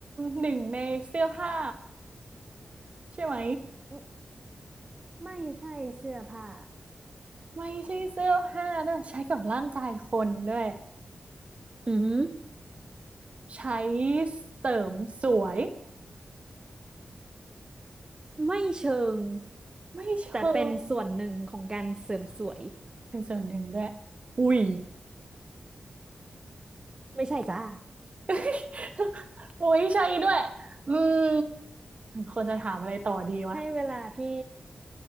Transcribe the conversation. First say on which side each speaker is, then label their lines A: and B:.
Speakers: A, on the right; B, on the right.
A: หนึ่งในเสื้อผ้าใช่ไหม
B: อืมไม่ใช่เสื้อผ้า
A: ไม่ใช่เสื้อผ้าด้วยใช้กับร่างกายคนด้วย
B: อือหือ
A: ใช้เสริมสวย
B: ไม่เชิง
A: ไม่เชิง
B: แต่เป็นส่วนหนึ่งของการเสริมสวย
A: เป็นส่วนหนึ่งด้วยหวี
B: ไม่ใช่จ้า
A: <laughs> โอ้ยใช่ด้วยอืมควรจะถามอะไรต่อดีวะ
B: ให้เวลาพี่